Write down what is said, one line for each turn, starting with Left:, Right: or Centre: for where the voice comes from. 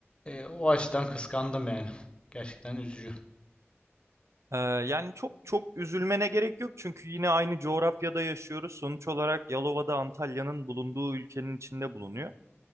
Left: E, o açıdan kıskandım yani. Gerçekten üzücü.
Right: E, yani çok çok üzülmene gerek yok çünkü yine aynı coğrafyada yaşıyoruz. Sonuç olarak Yalova'da Antalya'nın bulunduğu ülkenin içinde bulunuyor.